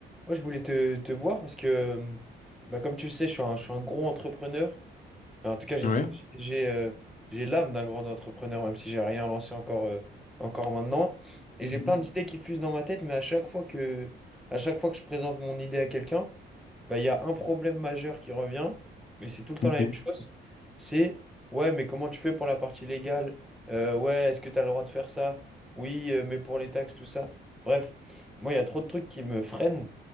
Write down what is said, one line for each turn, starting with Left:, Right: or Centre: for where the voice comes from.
Centre: Ouais, je voulais te, te voir parce que, euh, bah, comme tu le sais, je suis un, je suis un gros entrepreneur. Enfin, en tout cas, j'ai
Left: Ouais.
Centre: j'ai euh, j'ai l'âme d'un grand entrepreneur, même si j'ai rien lancé encore, euh, encore maintenant. Et j'ai
Left: Mhm.
Centre: plein d'idées qui fusent dans ma tête, mais à chaque fois que, à chaque fois que je présente mon idée à quelqu'un, bah, il y a un problème majeur qui revient, et c'est tout le temps
Left: Ok.
Centre: la même chose, c'est ouais, mais comment tu fais pour la partie légale? Euh, ouais, est-ce que tu as le droit de faire ça? Oui, euh, mais pour les taxes, tout ça. Bref, moi, il y a trop de trucs qui me freinent